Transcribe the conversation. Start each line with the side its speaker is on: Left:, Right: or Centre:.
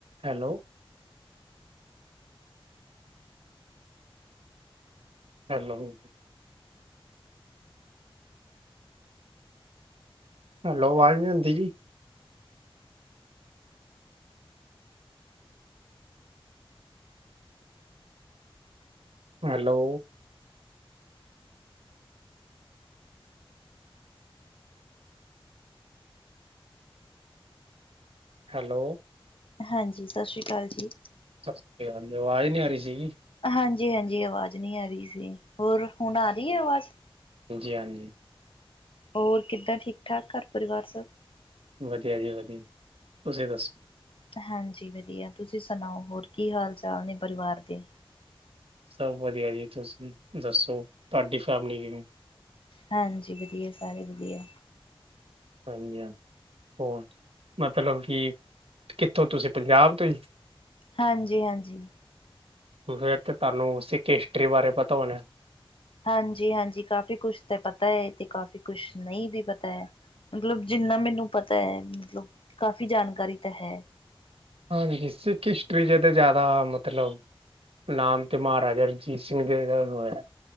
Right: Hello. Hello. Hello, ਆਵਾਜ਼ ਨੀ ਆਉਂਦੀ ਜੀ। ਹੈਲੋ। ਹੈਲੋ।
Left: ਹਾਂਜੀ। ਸਸ਼੍ਰੀ ਅਕਾਲ ਜੀ।
Right: ਸਸ੍ਰੀ ਅਕਾਲ, ਆਵਾਜ਼ ਨੀ ਆ ਰਹੀ ਸੀਗੀ।
Left: ਹਾਂਜੀ-ਹਾਂਜੀ। ਆਵਾਜ਼ ਨੀ ਆ ਰਹੀ ਸੀ ਹੋਰ, ਹੁਣ ਆ ਰਹੀ ਐ ਆਵਾਜ਼।
Right: ਜੀ ਹਾਂਜੀ।
Left: ਔਰ ਕਿੱਦਾਂ, ਠੀਕ-ਠਾਕ ਘਰ ਪਰਿਵਾਰ ਸਭ।
Right: ਵਧੀਆ ਜੀ ਵਧੀਆ, ਤੁਸੀਂ ਦੱਸ।
Left: ਹਾਂਜੀ ਵਦੀਆ ਤੁਸੀਂ ਸੁਨਾਓ ਹੋਰ ਕੀ ਹਾਲ-ਚਾਲ ਨੇ ਪਰਿਵਾਰ ਦੇ।
Right: ਸਬ ਵਦੀਆ ਜੀ, ਤੁਸੀਂ ਦੱਸੋ ਤੁਆਡੀ ਫੈਮਿਲੀ ਕਿਵੇਂ।
Left: ਹਾਂਜੀ ਵਦੀਆ ਸਾਰੇ ਵਦੀਆ।
Right: ਹਾਂਜੀ ਹਾਂ, ਹੋਰ ਮਤਲਬ ਕੀ ਕਿੱਥੋਂ ਤੁਸੀਂ ਪੰਜਾਬ ਤੋਂ ਈ।
Left: ਹਾਂਜੀ-ਹਾਂਜੀ।
Right: ਫੇਰ ਤੇ ਤੁਆਨੂੰ ਸਿੱਖ ਹਿਸਟਰੀ ਬਾਰੇ ਪਤਾ ਹੋਨੇ।
Left: ਹਾਂਜੀ-ਹਾਂਜੀ ਕਾਫ਼ੀ ਕੁਛ ਤਾਂ ਪਤਾ ਐ ਤੇ ਕਾਫ਼ੀ ਕੁਛ ਨਈਂ ਵੀ ਪਤਾ ਐ। ਮਤਲਬ ਜਿੰਨਾ ਮੈਨੂੰ ਪਤਾ ਮਤਲਬ ਕਾਫ਼ੀ ਜਾਨਕਾਰੀ ਤਾਂ ਹੈ।
Right: ਹਾਂਜੀ ਸਿੱਖ ਹਿਸਟਰੀ ਚ ਤਾਂ ਜਾਦਾ ਮਤਲਬ ਨਾਮ ਤੇ ਮਹਾਰਾਜਾ ਰਣਜੀਤ ਸਿੰਘ ਜੀ ਦਾ ਹੋਇਆ।